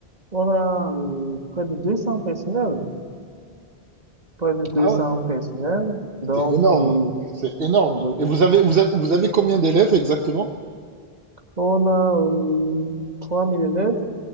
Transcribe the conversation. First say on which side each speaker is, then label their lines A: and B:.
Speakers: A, on the right; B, on the right.
A: on a euh, près de 200 personnels. Près de deux
B: Ah
A: cents
B: ouais,
A: personnels. Donc,
B: c'est énorme,
A: euh,
B: c'est énorme.
A: oui.
B: Et vous avez vous avez, vous avez combien d'élèves exactement?
A: On a euh, 3000 élèves.